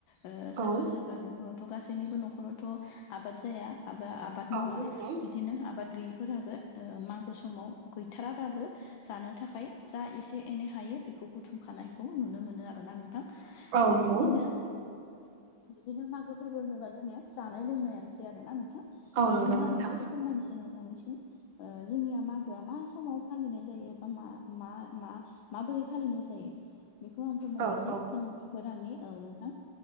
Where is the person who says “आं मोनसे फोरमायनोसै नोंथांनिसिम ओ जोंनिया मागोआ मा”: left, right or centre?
Left